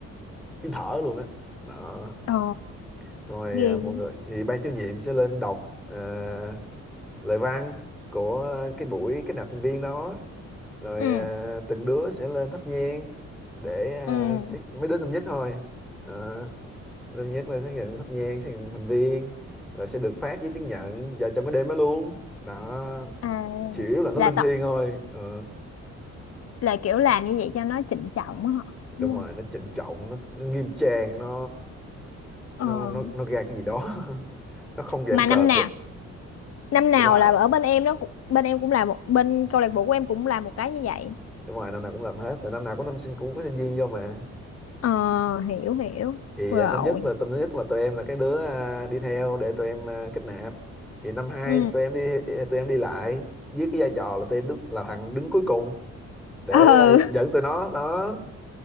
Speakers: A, in the centre; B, on the left.
A: tiếng thở luôn á đó.
B: Ờ,
A: xong rồi
B: ghê
A: à, mọi
B: dữ.
A: người thì ban chủ nhiệm sẽ lên đọc à, lời văn của cái buổi kết nạp thành viên đó rồi
B: ừ
A: à, từng đứa sẽ lên thắp nhang để à,
B: ừ
A: sẽ- mấy đứa năm nhất thôi Ờ, mấy đứa năm nhất là sẽ nhận thắp nhang sẽ nhận thành viên rồi sẽ được phát giấy chứng nhận vào trong cái đêm đó luôn đó
B: à
A: chủ yếu là nó
B: là
A: linh thiêng
B: tập
A: thôi ờ,
B: là kiểu làm như vậy cho nó trịnh trọng á họ
A: đúng
B: đúng
A: rồi
B: không
A: nó trịnh trọng nó, nó nghiêm trang nó nó
B: ờ
A: nó nó ra cái gì đó <laughs> nó không giãn
B: mà
A: cợt
B: năm nào
A: được
B: năm nào
A: đúng rồi
B: là ở bên em nó cũng bên em cũng là một bên câu lạc bộ của em cũng làm một cái như vậy
A: đúng rồi năm nào cũng làm hết tại năm nào có năm sinh cũng có sinh viên vô mà
B: ờ hiểu hiểu
A: thì
B: rồi
A: à, năm nhất là tâm nhất là tụi em là cái đứa à, đi theo để tụi em à, kết nạp thì năm hai
B: ừ
A: tụi em đi à, tụi em đi lại với cái vai trò là tụi em đứng, là thằng đứng cuối cùng để
B: ừ
A: à, dẫn tụi nó đó